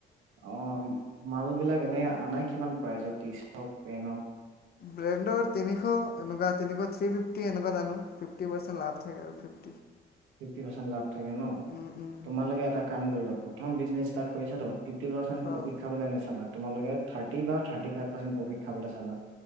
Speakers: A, on the right (about 90°); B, on the left (about 50°).
A: অ মাল বিলাক এনে আনা কিমান প্ৰাইজত। টি চাৰ্ট হওক পেণ্ট হওক
B: ব্ৰেণ্ডৰ তিনিশ এনেকুৱা তিনিশ থ্ৰি ফিফটি এনেকুৱাত আনো ফিফটি পাৰ্ছেন লাভ থাকে
A: ফিফটি পাৰ্চেন্ট লাভ থাকে ন
B: উম উম
A: তোমালোকে এটা কাম কৰিবা। প্ৰথম বিজনেছ ষ্টাৰ্ট কৰিছাতো। ফিফটি পাৰ্চেণ্ট
B: অঁ
A: প্ৰফিট খাবনে নেচাবা। তোমালোকে থাৰ্টি বা থাৰ্টি ফাইভ পাৰ্চেণ্ট প্ৰফিট খাবলৈ চাবা।